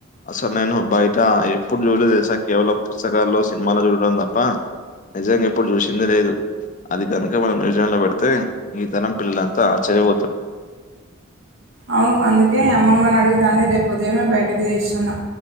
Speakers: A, on the left; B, on the right.
A: అసలు నేను బయట ఎప్పుడు చూడలేదు తెలుసా కేవలం పుస్తకాల్లో సినిమాలో చూడటం తప్పా నిజంగా ఎప్పుడు చూసింది లేదు అది కనుక మనం మ్యూజియం లో పెడితే ఈ తరం పిల్లలంతా ఆశ్చర్యపోతారు
B: అవును అందుకే అమ్మమ్మని అడిగి దాన్ని రేపు ఉదయమే బయటికి తిస్తున్నా